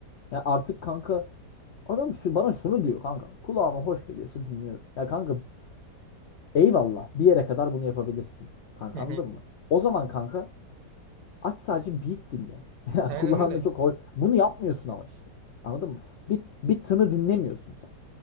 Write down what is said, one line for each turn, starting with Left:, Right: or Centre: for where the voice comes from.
Left: Ya artık kanka adam şu bana şunu diyor kanka. Kulağıma hoş geliyorsa dinliyorum. Ya kanka eyvallah bir yere kadar bunu yapabilirsin. Kanka
Right: Hı
Left: anladın
Right: hı.
Left: mı? O zaman kanka aç sadece beat dinle. <laughs> Ya
Right: Aynen
Left: kulağında
Right: öyle.
Left: çok hoş. Bunu yapmıyorsun ama işte. Anladın mı? Bir, bir tını dinlemiyorsun sen.